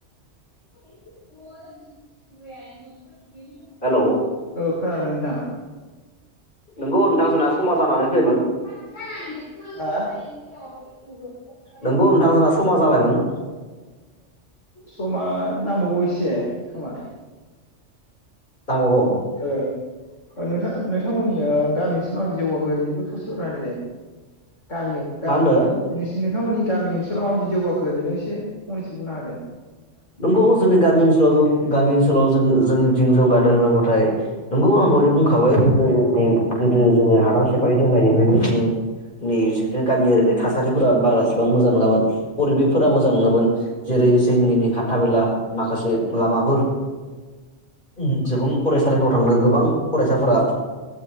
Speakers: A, on the left; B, on the left.
A: <unintelligible> <unintelligible>
B: हेलौ
A: औ खोनादों नोंथां?
B: नोंगौ नोंथां जोंना समा जानानै फैयबायमोन।
A: <unintelligible>
B: नोंगौ नोंथां जोंना समा जाबायमोन
A: समा नांबावगौ एसे खोमा
B: दांबावगौ
A: ओ नोंथाङा नोंथांमोननि ओ गामिनि ओनसोलाव माबादि जौगाखो एरैनो ससे <unintelligible> दे गामियाव गामि
B: मा होनदो
A: नोंसिनि नोंथांमोननि गामि ओनसोलाव माबायदि जौगाखो ओरैनो एसे फंनैसो बुंना हो दो
B: नोंगौ जोंनि गामि ओनसोलाव जों गामि ओनसोलाव जों जों जों जौगादों होनोबाथाय नोंगौ आं दहायनो बुं <unintelligible> गोदो जोंनि हादाम सेब बे दोन्नाय बेनि जोंनि निस बेसोरथ' गामियारिनि थासारिफोरा बारासिन बां मोजां नङामोन परिबेकफोरा मोजां नङामोन। जेरै जोंगिनि हान्था मेला माखासे लामा फोर उम जोबां फरायसालिफोराव थांदों गोबां फरायसाफोरा